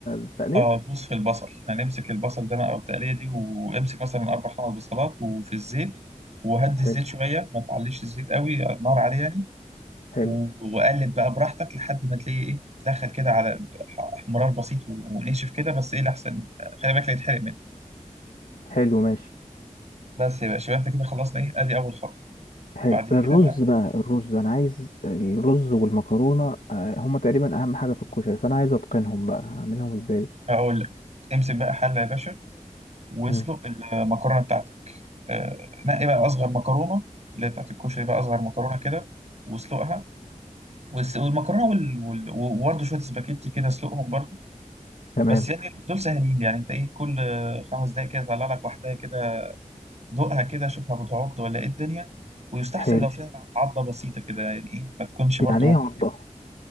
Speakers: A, on the left (about 80°); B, on the right (about 55°).
A: التقليه
B: اه دوس في البصل هنمسك البصل ده بقى والتقليه دي وامسك مثلا اربع خمس بصلات وفي الزيت وهدي الزيت
A: حلو
B: شويه ما تعليش الزيت قوي النار عليه يعني
A: حلو
B: و- وقلب بقى براحتك لحد ما تلاقي ايه دخل كده على الح- احمرار بسيط و- ونشف كده بس ايه الاحسن خلي بالك لا يتحرق منك
A: حلو ماشي
B: بس يا باشا يبقى انت كده خلصنا ايه ادي اول خطوه
A: حلو
B: بعد كده
A: الرز
B: بقى
A: بقى الرز انا عايز الرز والمكرونه آه، هما تقريبا اهم حاجه في الكشري فانا عايز اتقنهم بقى هعملهم ازاي
B: هقول لك امسك بقى حله يا باشا واسلق
A: مم.
B: المكرونه بتاعتك آه، نقي بقى اصغر مكرونه اللي هي بتاعت الكشري بقى اصغر مكرونه كده واسلقها والس- والمكرونه وال... وال... وبرده شويه سباكيتي كده اسلقهم برده
A: تمام
B: بس يعني دول سهلين يعني انت ايه كل خمس دقايق كده طلع لك واحده كده دوقها كده شوفها بتعض ولا ايه الدنيا ويستحسن
A: حلو
B: لو فيها عضه بسيطه كده يعني ايه ما تكونش برده
A: يعني
B: مهريه
A: ايه عضه